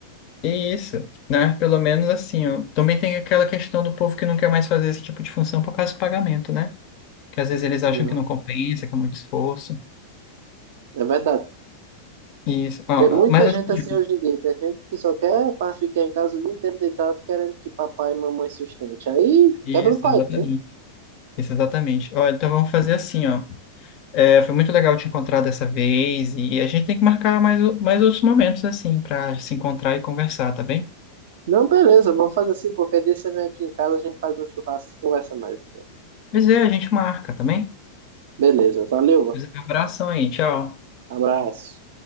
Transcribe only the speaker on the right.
Não,
é
É verdade.
Tem muita
gente
assim
hoje em dia. Tem gente que só quer para ficar em casa o dia inteiro deitado, querendo que papai e mamãe sustente. Aí
quebra o país,
né?
Não, beleza, vamos fazer assim. Qualquer dia você vem aqui em casa, a gente faz um churrasco e conversa mais, então.
Beleza, valeu,
abraço.